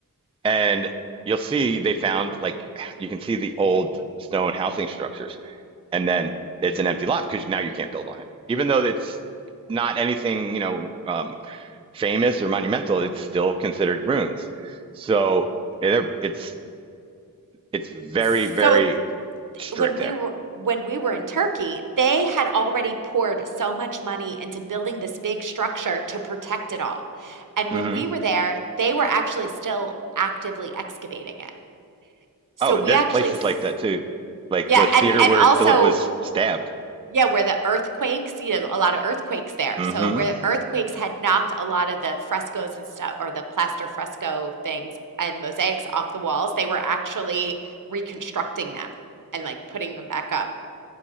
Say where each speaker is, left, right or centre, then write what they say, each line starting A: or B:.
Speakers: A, on the right; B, on the right.
A: and you'll see they found like you can see the old stone housing structures and then it's an empty lot because now you can't build on it. Even though it's not anything, you know, um, famous or monumental, it's still considered ruins. So yeah, they're- it's it's very
B: So
A: very strict
B: when we
A: there.
B: were when we were in Turkey, they had already poured so much money into building this big structure to protect it all. And
A: hmm
B: when we were there, they were actually still actively excavating it. So
A: Oh,
B: we
A: there's
B: actually
A: places
B: s-
A: like that too, like
B: yeah,
A: the theater
B: and and
A: where
B: also
A: Philip was stabbed.
B: yeah, where the earthquakes, you know, a lot of earthquakes there.
A: hmm
B: So where the earthquakes had knocked a lot of the frescoes and stuff or the plaster fresco things and mosaics off the walls, they were actually reconstructing them and like putting them back up.